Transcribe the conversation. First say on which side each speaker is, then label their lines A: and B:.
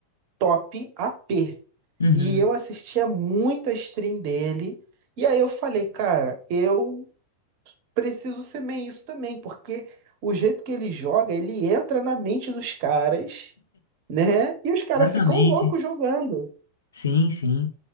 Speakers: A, on the right (about 45°); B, on the left (about 70°).
A: top AP.
B: Uhum,
A: E eu assistia muito a stream dele. E aí eu falei, cara, eu preciso ser main isso também, porque o jeito que ele joga, ele entra na mente dos caras, né? E os caras
B: exatamente.
A: ficam loucos jogando.
B: Sim, sim.